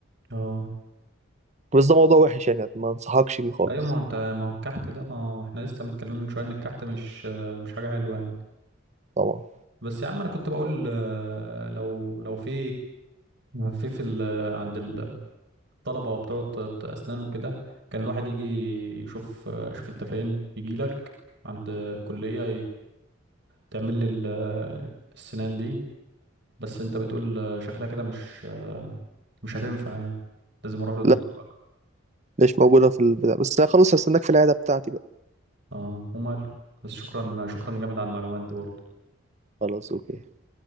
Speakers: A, on the right; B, on the right.
A: اه
B: بس ده موضوع وحش يعني ما انصحكش بيه خالص
A: ايوه ما هو انت ما هو الكحت ده ما هو احنا لسه متكلمين من شويه ان الكحت مش مش حاجه حلوه يعني
B: طبعا
A: بس يا عم انا كنت بقول آه، لو لو في في في ال... عند الطلبه بتوع الت- اسنان وكده كان الواحد يجي يشوف آه، يشوف انت فين يجي لك عند الكليه تعمل لي ال- السنان دي بس انت بتقول شكلها كده مش مش هتنفع يعني لازم اروح لدكتور
B: لا
A: اكتر
B: مش موجودة في البتاع بس خلاص هستناك في العيادة بتاعتي بقى
A: اه وماله بس شكرا شكرا جامد على المعلومات دي برضه
B: خلاص اوكي يلا